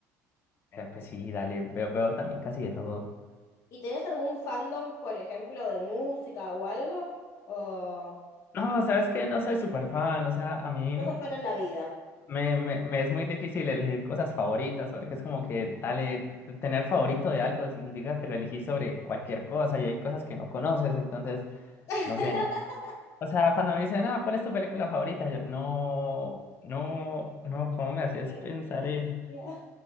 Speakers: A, on the left; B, on the left.
A: Eh, Pues sí, dale, veo, veo también casi de todo.
B: ¿Y tenés algún fandom, por ejemplo, de música o algo? ¿O
A: No, sabes que no soy súper fan, o sea, a mí
B: no sos fan en la vida?
A: me, me, me es muy difícil elegir cosas favoritas, porque es como que, dale, t- tener favorito de algo significa que lo elegí sobre cualquier cosa y hay cosas que no conoces, entonces,
B: <laughs>
A: no sé. O sea, cuando me dicen, ah, ¿cuál es tu película favorita? Yo, no, no, no, ¿cómo me haces
B: Policía.
A: pensar eso?